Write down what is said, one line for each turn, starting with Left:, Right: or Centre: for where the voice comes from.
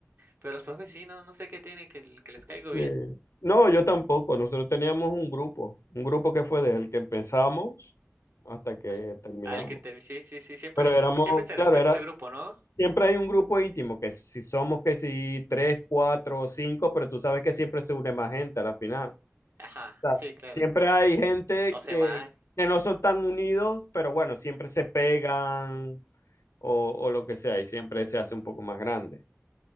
Right: Pero los profes sí, no, no sé qué tiene, que, l- que les caigo
Left: Sí.
Right: bien.
Left: No, yo tampoco. Nosotros teníamos un grupo, un grupo que fue desde el que empezamos hasta que
Right: Ah,
Left: terminamos.
Right: Al que te, sí, sí, sí, siempre,
Left: Pero éramos,
Right: siempre se
Left: claro,
Right: respeta
Left: era,
Right: ese grupo, ¿no?
Left: siempre hay un grupo íntimo, que si somos que si tres, cuatro o cinco, pero tú sabes que siempre se une más gente a la final.
Right: Ajá,
Left: O sea,
Right: sí, claro.
Left: siempre hay gente
Right: O se
Left: que,
Right: van.
Left: que no son tan unidos, pero bueno, siempre se pegan o, o lo que sea, y siempre se hace un poco más grande.